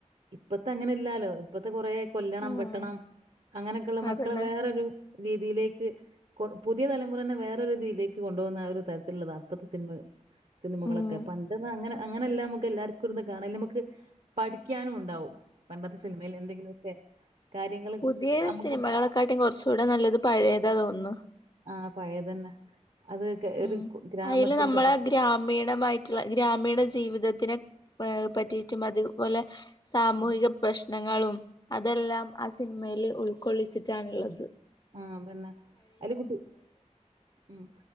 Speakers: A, on the right; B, on the left.
A: ഇപ്പത്തെ അങ്ങനെ ഇല്ലാലോ ഇപ്പത്തെ കൊറേ കൊല്ലണം
B: ഉം
A: വെട്ടണം അങ്ങനെയൊക്കെയുള്ള മക്കളെ
B: അതന്നെ
A: വേറൊരു രീതിയിലേക്ക് കൊ പുതിയ തലമുറനെ വേറൊരു രീതിയിലേക്ക് കൊണ്ടു പോകുന്ന ആ ഒരു തരത്തിലുള്ളതാണ് ഇപ്പഴത്തെ സിനിമ സിനിമകളൊക്കെ
B: ഉം
A: പണ്ടെന്ന അങ്ങനെ അങ്ങനെല്ലാം നമുക്ക് എല്ലാർക്കും ഇര്ന്ന് കാണ നമുക്ക് പഠിക്കാനും ണ്ടാവും പണ്ടത്തെ സിനിമയിൽ എന്തെങ്കിലുമൊക്കെ കാര്യങ്ങള്
B: പുതിയേ
A: നമുക്ക്
B: സിനിമകളെക്കാട്ടിം കൊറച്ചൂടെ നല്ലത് പഴയതാ തോന്നു
A: ആഹ് പഴയതന്നെ അത് കെ
B: ഉം
A: ഒരു കു- ഗ്രാമത്തിന്റെ
B: അയില് നമ്മളെ
A: പ
B: ഗ്രാമീണമായിറ്റ്ള്ള ഗ്രാമീണ ജീവിതത്തിനെ വേ പറ്റീറ്റും അതു പോലെ സാമൂഹിക
A: ഉം,
B: പ്രശ് നങ്ങളും അതെല്ലാം ആ സിനിമേല് ഉൾക്കൊള്ളിച്ചിറ്റാണ്ള്ളത്
A: ആ അയില് കുട്ടി ഉം